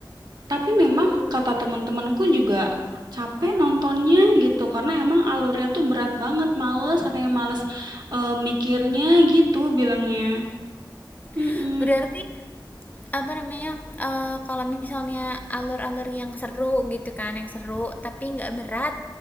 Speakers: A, on the right; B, on the left.
A: Tapi memang kata teman-temanku juga capek nontonnya gitu, karena emang alurnya tuh berat banget, males katanya, "Males, eee, mikirnya," gitu bilangnya. Mhm.
B: <laughs> berarti apa namanya eh, kalau misalnya alur-alur yang seru gitu kan yang seru tapi nggak berat